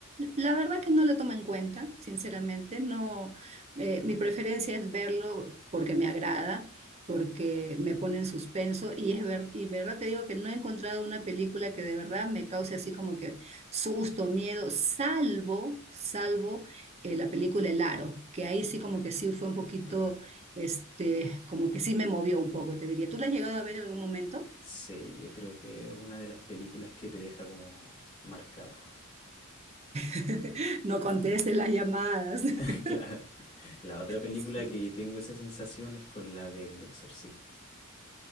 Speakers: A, on the right (about 30°); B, on the left (about 30°).
A: La verdad que no la tomo en cuenta, sinceramente, no, eh, mi preferencia es verlo porque me agrada, porque me pone en suspenso y es ver, y verdad te digo que no he encontrado una película que de verdad me cause así como que susto, miedo, salvo, salvo eh, la película El Aro, que ahí sí como que sí fue un poquito,
B: Mm,
A: este, como que sí me movió un poco, te diría. ¿Tú la has llegado a ver en algún momento?
B: Sí, yo creo que es una de las películas que te deja como marcado.
A: <laughs> No contestes las llamadas.
B: <laughs>
A: <laughs>
B: Claro. La otra película
A: Sí.
B: que tengo esa sensación es con la del Exorcista,